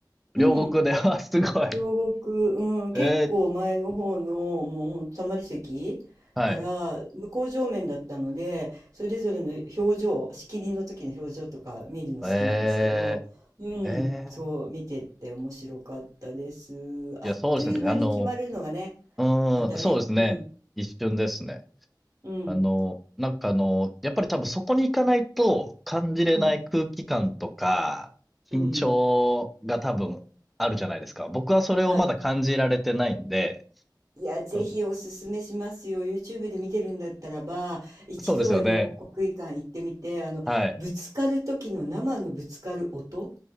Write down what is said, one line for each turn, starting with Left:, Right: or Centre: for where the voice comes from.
Centre: 両国で、
Right: うん。
Centre: <laughs> あ、すごい。
Right: 両国、うん、結構前の方の、
Centre: ええ
Right: もうほんとたまり席から、
Centre: ー、はい。
Right: 向こう正面だったので、それぞれの表情、仕切りの時の表情とか見るの好きなんですけど、
Centre: え
Right: うん、
Centre: え、ええ。
Right: そう、見てって面白かったです。あっという間に決まるのがね、
Centre: いや、そうですね。あの、うーん、
Right: またね。
Centre: そうですね。
Right: うん。
Centre: 一瞬ですね。
Right: うん。
Centre: あの、なんかあの、やっぱり多分そこに行かないと感じれない空気感とか、
Right: うん。うん。
Centre: 緊張が多分あるじゃないですか。僕はそれをまだ感じられてないんで、
Right: はい。いや、ぜひおすすめしますよ。
Centre: そ
Right: YouTube で見てるんだったらば、一度は両国国技館行ってみて、
Centre: そうですよね。
Right: あの、
Centre: はい。
Right: ぶつかる時の生のぶつかる音、